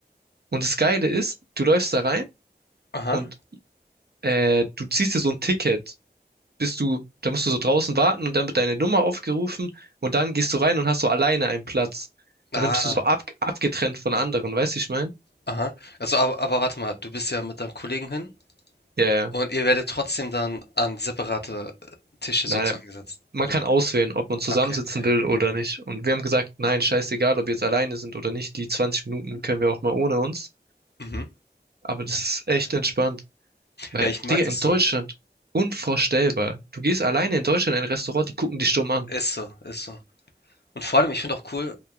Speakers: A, on the right (about 65°); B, on the left (about 70°).
A: Und das Geile ist, du läufst da rein
B: Aha.
A: und äh, du ziehst dir so ein Ticket. Bist du, da musst du so draußen warten und dann wird deine Nummer aufgerufen und dann gehst du rein und hast so alleine einen Platz. Und
B: Ah,
A: dann bist du so ab, abgetrennt von anderen, weißt du, ich mein?
B: aha. Also, aber aber warte mal, du bist ja mit deinem Kollegen hin
A: Ja, ja.
B: und ihr werdet trotzdem dann an separate, äh, Tische
A: Nein,
B: sozusagen gesetzt,
A: man
B: oder
A: kann
B: wie?
A: auswählen, ob man zusammensitzen
B: Ah, okay, okay.
A: will oder nicht. Und wir haben gesagt, nein, scheißegal, ob wir jetzt alleine sind oder nicht, die 20 Minuten können wir auch mal ohne uns.
B: Mhm.
A: Aber das ist echt entspannt. Weil,
B: Ja, ich mag
A: Digga,
B: das
A: in Deutschland
B: auch.
A: unvorstellbar. Du gehst alleine in Deutschland in ein Restaurant, die gucken dich stumm an.
B: Ist so, ist so. Und vor allem, ich finde auch cool,